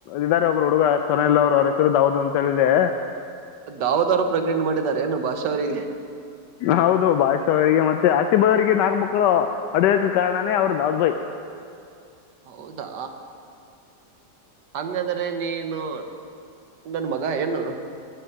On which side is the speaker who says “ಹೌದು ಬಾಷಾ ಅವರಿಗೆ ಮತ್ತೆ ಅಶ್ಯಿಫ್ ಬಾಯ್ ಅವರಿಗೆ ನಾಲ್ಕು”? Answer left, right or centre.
Left